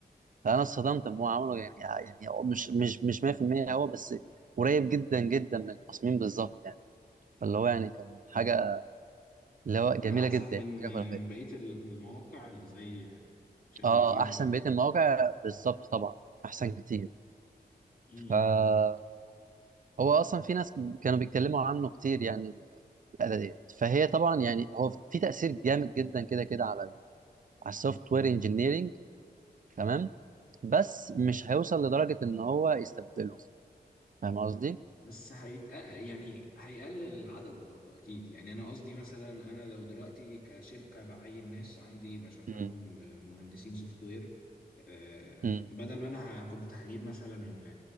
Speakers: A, on the right; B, on the left.
A: فانا اتصدمت ان هو عمله يعني آه، يعني هو مش مش مش 100% هو بس قريب جدا جدا من التصميم بالظبط يعني فاللي هو يعني كان حاجه اللي هو جميله
B: احسن
A: جدا
B: من
A: حاجه خرافيه
B: بقيه المواقع اللي زي شات جي
A: اه
B: بي تي والحاجات
A: احسن
B: دي
A: بقيه المواقع بالظبط طبعا احسن كتير
B: امم
A: فهو اصلا في ناس كانوا بيتكلموا عنه كتير يعني الآلة ديت فهي طبعا يعني هو في تأثير جامد جدا كده كده على ال- على السوفت وير انجينيرنج تمام بس مش هيوصل لدرجة إن هو يستبدله فاهم قصدي؟
B: بس هيتق... يعني هيقلل العدد برضو اكيد يعني انا قصدي مثلا انا لو دلوقتي كشركه بعين ناس عندي بشغلهم
A: مم.
B: مهندسين سوفت وير آه،
A: مم.
B: بدل ما انا ه- كنت هجيب مثلا